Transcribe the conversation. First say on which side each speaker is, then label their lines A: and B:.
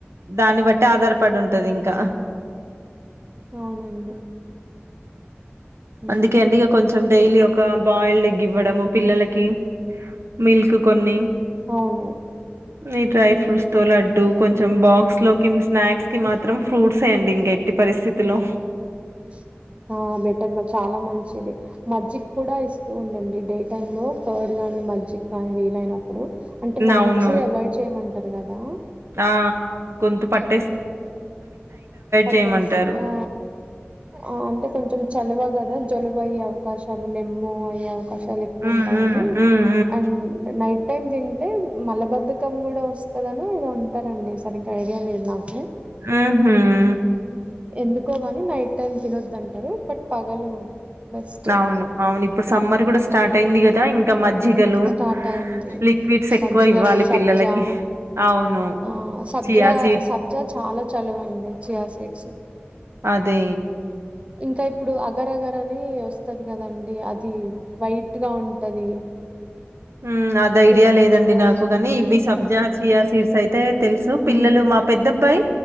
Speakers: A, on the right (about 80°); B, on the right (about 30°).
A: దాన్ని బట్టి ఆధారపడి ఉంటది ఇంకా
B: అవునండి హ్మ్.
A: అందుకే అండి ఇగా కొంచెం డైలీ ఒక బాయిల్డ్ ఎగ్ ఇవ్వడము పిల్లల కి మిల్క్ కొన్ని
B: అవును
A: ఈ డ్రై
B: హ్మ్.
A: ఫ్రూట్స్ తో లడ్డూ కొంచెం బాక్స్ లోకి స్నాక్స్ కి మాత్రం ఫ్రూట్స్యే అండి ఇంకా ఎట్టి పరిస్థితిలో
B: <inaudible> ఆ బెటర్ మా చాలా మంచిది మజ్జిక్కూడా ఇస్తూ ఉండండి డే టైమ్ లో కర్డ్ నే మజ్జికా వీలైనప్పుడు, అంటే నైట్స్
A: అవును.
B: అవాయిడ్ చేయమంటారు కదా
A: ఆ గొంతు పట్
B: పట్టేస్
A: జేయమంటారు.
B: ఆ ఆ అంటే కొంచెం చలవ కదా జలుబు అయ్యే అవకాశాలున్నయ్ మో అయ్యే అవకాశాలు తలు ఎక్కువుంటాయని
A: హ్మ్. హ్మ్. హ్మ్. హ్మ్.
B: అండ్ నైట్ టైం తింటే మలబద్ధకం కూడా వస్తదని ఎదో అంటారండి సరిగ్గా ఐడియా లేదు నాకు
A: హుహు.
B: ఎందు కో గాని నైట్ టైం తినొద్దంటారు బట్ పగలు బెస్ట్
A: అవును అవును ఇప్పుడు సమ్మర్ కూడా స్టార్ట్ అయింది
B: హ్మ్
A: కదా ఇంకా మజ్జిగలు
B: స్టార్ట్ అయింది
A: లిక్విడ్స్ ఎక్కువ
B: మజ్జిగలు
A: ఇవ్వాలి
B: సబ్జా
A: పిల్లలకి అవును
B: ఆ సబ్జా
A: చియా సీడ్స్
B: సబ్జా చాలా చలవండి చియా సీడ్స్
A: అదే
B: ఇంకా ఇప్పుడు అగరగర్ అని వస్తది కదండి, అది వైట్ గా ఉంటది
A: ఉమ్ అది ఐడియా
B: పేరు మర్చిపోయా
A: లేదండి నాకు కానీ ఇవి సబ్జా చియా సీడ్స్ అయితే తెలుసు
B: హ్మ్
A: పిల్లలు మా పెద్దబ్బాయి